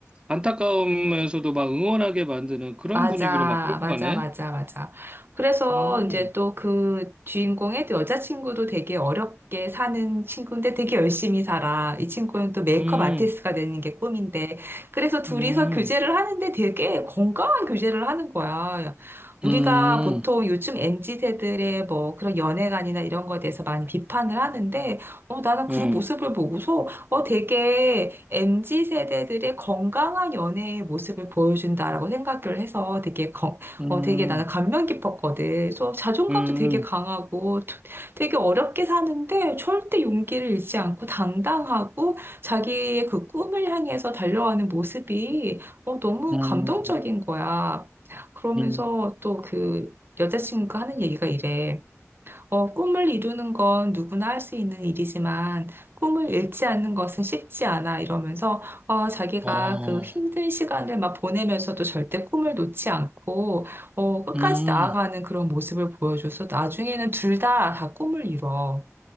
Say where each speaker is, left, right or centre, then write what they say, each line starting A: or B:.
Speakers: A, on the right; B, on the right.
A: 안타까우면서도 막 응원하게 만드는 그런
B: 맞아,
A: 분위기로 막 끌고
B: 맞아,
A: 가네.
B: 맞아, 맞아. 그래서
A: 음,
B: 이제 또 그 주인공의 또 여자친구도 되게 어렵게 사는 친구인데 되게 열심히 살아. 이 친구는 또 메이크업
A: 음,
B: 아티스트가 되는 게 꿈인데. 그래서 둘이서
A: 음,
B: 교제를 하는데 되게 건강한 교제를 하는 거야. 우리가
A: 음,
B: 보통 요즘 m 지세들의 뭐 그런 연애관이나 이런 거에 대해서 많이 비판을 하는데, 어, 나는 그
A: 음,
B: 모습을 보고서 어, 되게 MZ 세대들의 건강한 연애의 모습을 보여준다라고 생각을 해서 되게 건,
A: 음,
B: 어, 되게 나는 감명 깊었거든. 그래서 자존감도
A: 음,
B: 되게 강하고 되- 되게 어렵게 사는데 절대 용기를 잃지 않고 당당하고 자기의 그 꿈을 향해서 달려가는 모습이 어, 너무
A: 음,
B: 감동적인 거야. 그러면서
A: 음.
B: 또 그 여자친구가 하는 얘기가 이래. 어, 꿈을 이루는 건 누구나 할 수 있는 일이지만 꿈을 잃지 않는 것은 쉽지 않아 이러면서 어, 자기가
A: 어,
B: 그 힘든 시간을 막 보내면서도 절대 꿈을 놓지 않고 어, 끝까지
A: 음,
B: 나아가는 그런 모습을 보여줘서 나중에는 둘 다 다 꿈을 이뤄.